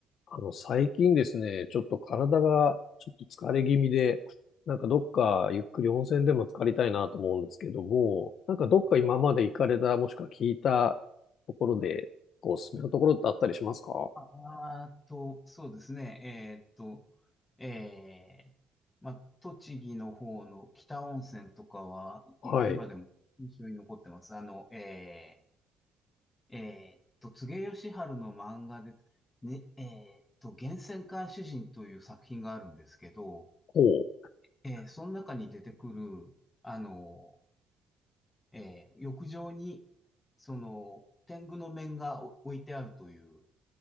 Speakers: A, on the left (about 60°); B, on the left (about 20°).
A: あの、最近ですね、ちょっと体がちょっと疲れ気味で、なんかどっかゆっくり温泉でも浸かりたいなと思うんですけども、なんかどっか今まで行かれた、もしくは聞いたところで、こうおすすめのところってあったりしますか
B: あーと、そうですね。えーっと、えー、まあ、栃木の方の北温泉とかは、
A: はい。
B: い今でも印象に残ってます。あの、えー、えーっと、柘植義春の漫画で、ね、えーっと、源泉回主人という作品があるんですけど、
A: ほう。
B: えー、その中に出てくる、あの、えー浴場に、その、天狗の面が置いてあるという、